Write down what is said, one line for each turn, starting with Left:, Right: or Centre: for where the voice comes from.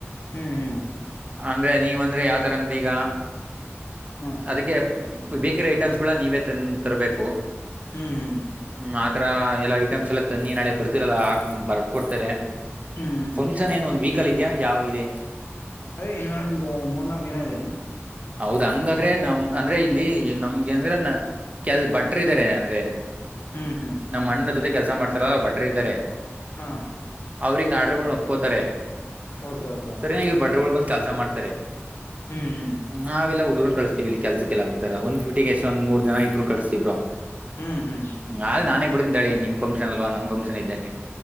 Left: ಹ್ಮ್ ಹ್ಮ್
Right: ಅಂದ್ರೆ ನೀವಂದ್ರೆ ಯಾವತರ ಅಂದ್ರೇ ಈಗ
Left: ಹ್ಮ್ ಹ್ಮ್ ಹ್ಮ್ ಹ್ಮ್
Right: ಅದಕ್ಕೆ. ಬೇಕಿರೋ ಐಟೆಮ್ಸಗುಳನ ನೀವೇ ತಂ ತರಬೇಕು.
Left: ಹ್ಮ್ ಹ್ಮ್
Right: ಹ್ಮ್ ಆತರ ಎಲ್ಲಾ ಐಟಮ್ಸ್ ಎಲ್ಲ ತನ್ನಿ ನಾಳೆ ಬರ್ತಿರಲ್ಲ ಆಗ್ ಬರ್ದ್ ಕೊಡ್ತಾರೆ.
Left: ಹ್ಮ್
Right: ಫಂಕ್ಷನ್ ಏನ್ ಒಂದ್ ವೀಕಲ್ ಇದ್ಯಾ ಯಾವಾಗ ಇದೆ.
Left: ಅದೇ ಇನ್ನೊಂದು ಮೂರ್ನಾಲ್ಕು ದಿನ ಇದೆ.
Right: ಹೌದ್ ಹಂಗಾದ್ರೆ ನಮ್ ಅಂದ್ರೆ ಇಲ್ಲಿ ನಮ್ಗೆ ಅಂದ್ರೆ ನ ಕೇಲ್ ಬಟ್ಟರ್ ಇದ್ದಾರೆ ಅಂದ್ರೆ.
Left: ಹ್ಮ್ ಹ್ಮ್
Right: ನಮ್ಮ ಅಣ್ನನ ಜೊತೆ ಕೆಲಸ ಮಾಡ್ತಾರಲ್ಲಾ ಆ ಭಟ್ರು ಇದ್ದಾರೆ.
Left: ಹಾ
Right: ಅವ್ರಿಂಗದಆಡ್ರುಗಳ್ನ್ ಒಪ್ಕೋತಾರೆ.
Left: ಓಕೆ ಓಕೆ
Right: ಸರಿಯಾಗಿ ಭಟ್ರಗಳು ಬಂದು ಕೆಲಸ ಮಾಡ್ತಾರೆ.
Left: ಹೂ ಹೂ
Right: ನಾವೆಲ್ಲ ಹುಡುಗರುನ್ ಕಳಸ್ತಿವಿ ಇಲ್ಲಿ ಕೆಲ್ಸಕ್ಕೆಲ್ಲ ಬರ್ತಾರ ಒನ್ ಡ್ಯೂಟಿಗೆ ಒಂದ ಮೂರ್ ಜನ ಇಬ್ರುೂ ಕಳಸ್ತೀವಿ ಬ್ರೋ.
Left: ಹ್ಮ್ ಹ್ಮ್
Right: ನಾಳೆ ನಾನೇ ಬಿಡ್ತೀನಿ ನಡಿ ನಿಮ ಫಂಕ್ಷನ್ ಅಲ್ವಾ ನಮ್ ಫಂಕ್ಷನ್ ಇದ್ದಂಗೆ